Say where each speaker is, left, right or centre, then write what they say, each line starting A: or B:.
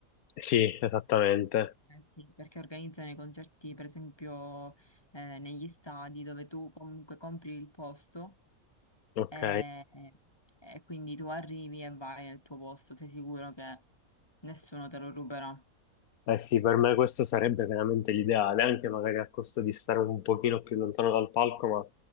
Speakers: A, on the left; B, on the left.
A: Sì, esattamente.
B: eh sì, perché organizzano i concerti, per esempio, eh, negli stadi dove tu comunque compri il posto
A: Ok.
B: e, e quindi tu arrivi e vai nel tuo posto, sei sicuro che nessuno te lo ruberà.
A: Eh sì, per me questo sarebbe veramente l'ideale, anche magari a costo di stare un pochino più lontano dal palco, ma